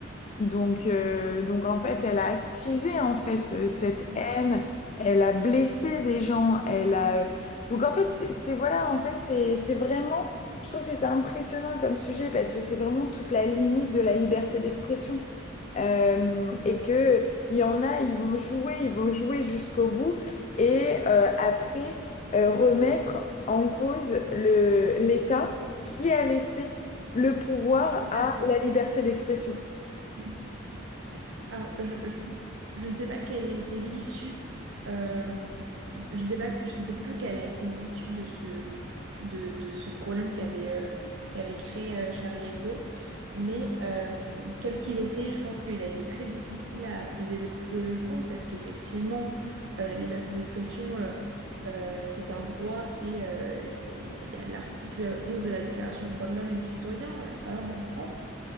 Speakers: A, on the left; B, on the right.
A: donc, euh, donc en fait, elle a attisé en fait euh, cette
B: Mm.
A: haine. Elle a blessé des gens. Elle a euh, donc en fait, c'est c'est- voilà, en fait, c'est c'est vraiment. Je trouve que c'est impressionnant comme sujet parce que c'est vraiment toute la limite de la liberté d'expression. Euh, et que il y en a, ils vont jouer, ils vont jouer jusqu'au bout et euh, après euh, remettre en cause le l'État qui a laissé le pouvoir
B: Tout
A: à
B: à fait.
A: la liberté d'expression.
B: Mm. Alors, je, je, je ne sais pas quelle était l'issue. euh, je ne sais pas que, je ne sais plus quelle a été l'issue de ce, de, de ce problème qu'avait euh, qu'avait créé euh, Charlie Hebdo. Mais euh, quel qu'il était, je pense qu'il a été très difficile à peser le pour et le contre parce qu'effectivement, euh, la liberté d'expression, euh, euh, c'est un droit et euh, il y a, il y a- il y a l'article 11 de la Déclaration des droits de l'homme et du citoyen, euh, par exemple en France,